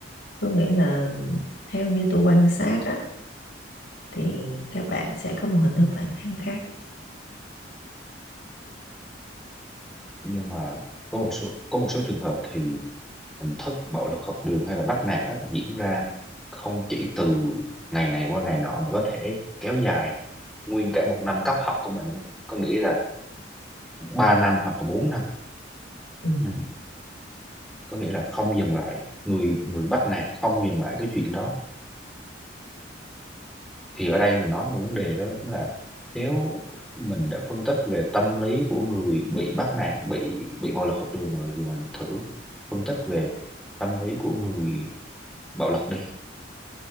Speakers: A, on the left; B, in the centre.
A: tôi nghĩ là theo như tôi quan sát á thì các bạn sẽ có một hình thức phản kháng khác
B: nhưng mà có một số có một số trường hợp thì hình thức bạo lực học đường hay là bắt nạt á, diễn ra không chỉ từ ngày này qua ngày nọ mà có thể kéo dài nguyên cả một năm cấp học của mình luôn có nghĩa là 3 năm hoặc là 4 năm
A: ừ.
B: ừ. có nghĩa là không dừng lại người người bắt nạt không dừng lại cái chuyện đó thì ở đây mình nói về vấn đề đó là chính là nếu mình đã phân tích về tâm lý của người bị bắt nạt bị bị bạo lực học đường rồi giờ mình thử phân tích về tâm lý của người bạo lực đi